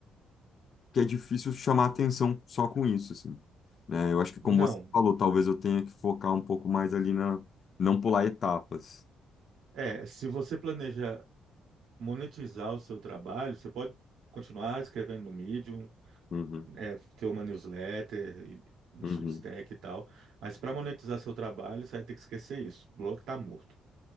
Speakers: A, on the left; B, on the right.
A: que é difícil chamar atenção só com isso, assim. Né? Eu acho que, como
B: Não.
A: você falou, talvez eu tenha que focar um pouco mais ali na... Não pular etapas.
B: É, se você planeja monetizar o seu trabalho, você pode continuar escrevendo no Medium,
A: Uhum,
B: é, ter uma newsletter, e- no
A: uhum.
B: Substack e tal, mas para monetizar seu trabalho, você vai ter que esquecer isso. O blog está morto.